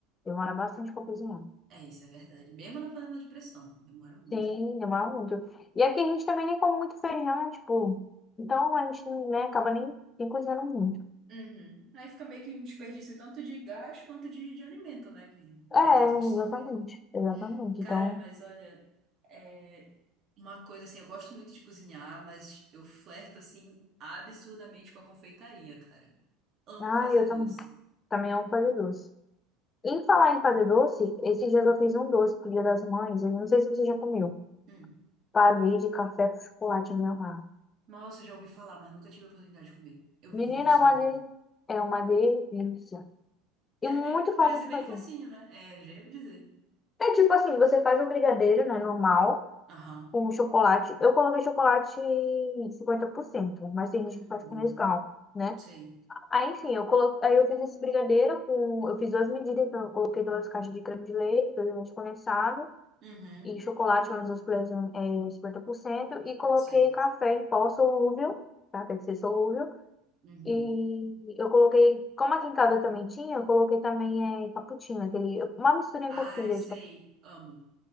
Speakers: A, on the left; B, on the right.
A: demora bastante pra cozinhar.
B: É, isso é verdade. Mesmo na panela de pressão, demora muito.
A: Sim, demora muito. E aqui a gente também nem come muito feijão, tipo, então a gente, né, acaba nem, nem cozinhando muito.
B: Uhum. Aí fica meio que um desperdício tanto de gás quanto de, de alimento, né? Que não
A: É,
B: tem tanto costume.
A: exatamente, exatamente.
B: Cara,
A: Então,
B: mas olha, é uma coisa assim, eu gosto muito de cozinhar, mas eu flerto assim absurdamente com a confeitaria, cara. Amo
A: ah,
B: fazer
A: eu
B: doce.
A: também, também amo fazer doce. Em falar em fazer doce, esses dias eu fiz um doce pro Dia das Mães. Eu não sei se você já comeu.
B: Hum.
A: Pavê de café com chocolate meu amado.
B: Nossa, eu já ouvi falar, mas nunca tive a oportunidade de comer. Eu vi
A: Menina,
B: vídeo sobre.
A: é uma, de... é uma delícia.
B: É
A: E muito
B: bem, parece
A: fácil de
B: bem
A: fazer.
B: facinho, né? É, já ia dizer.
A: É tipo assim, você faz um brigadeiro, né, normal,
B: Aham.
A: com chocolate. Eu coloquei chocolate cinquenta por cento mas tem gente
B: Hum,
A: que faz com
B: bom.
A: Nescau, né?
B: Sei.
A: Aí, enfim, eu colo... aí eu fiz esse brigadeiro com... Eu fiz duas medidas, então eu coloquei duas caixas de creme de leite, dois leite condensado
B: Uhum.
A: e chocolate, umas duas colheres em 50% e coloquei
B: Sei.
A: café em pó solúvel, tá? Tem que ser solúvel.
B: Uhum.
A: E eu coloquei, como aqui em casa também tinha, eu coloquei também é, cappuccino, aquele, uma misturinha
B: Ai,
A: com filha
B: sei,
A: de cap-
B: amo.